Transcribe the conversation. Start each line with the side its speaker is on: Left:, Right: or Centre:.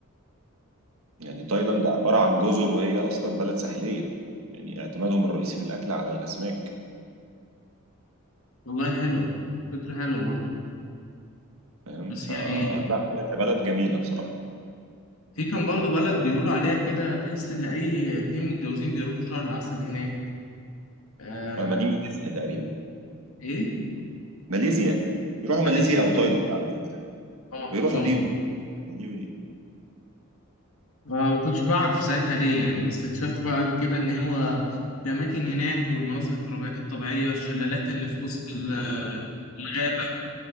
Right: يعني تايلاند عبارة عن جزر وهي أصلا بلد ساحلية يعني اعتمادهم الرئيسي في الأكل على الأسماك
Left: والله حلوة فكرة حلوة برضه
Right: فاهم
Left: بس
Right: فلا
Left: يعني
Right: هي كبلد جميلة بصراحة
Left: في كان برضه بلد بيقولوا عليها كده تحس إن أي اتنين متجوزين بيروحوا شهر العسل هناك آه
Right: آه، ما دي ماليزيا تقريبا
Left: إيه؟
Right: ماليزيا بيروحوا ماليزيا
Left: ماليزيا
Right: أو تايلاند على فكرة
Left: اه
Right: بيروحوا
Left: أظن
Right: دي ودي دي ودي
Left: ما ما كنتش بعرف ساعتها ليه يعني بس اكتشفت بعد كده إن هو الأماكن هناك والمناظر الطبيع- الطبيعية والشلالات اللي في وسط ال- الغابة